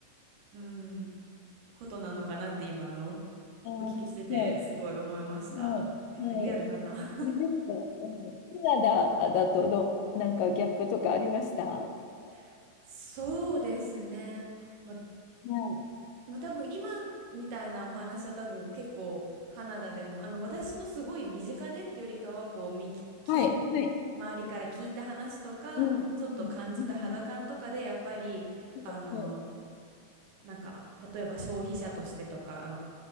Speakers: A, on the right; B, on the left.
A: うん、ことなのかなって今あの
B: い、は
A: お聞きしててすごい思いました。
B: い、はい、
A: いやー、
B: はい。
A: リアルだな。
B: あれですかうん、あのカナダだとど、なんかギャップとかありましたは
A: <laughs> そうですね。ま、
B: い。
A: まあ、多分今みたいなお話は多分結構カナダでもあの私のすごい身近でってよりかはこうみき、き
B: はい、はい。
A: 周りから聞いた話とかちょっと感じた肌感とかでやっぱりあの
B: うん、うん、うん、はい、
A: なんか例えば消費者としてとかあの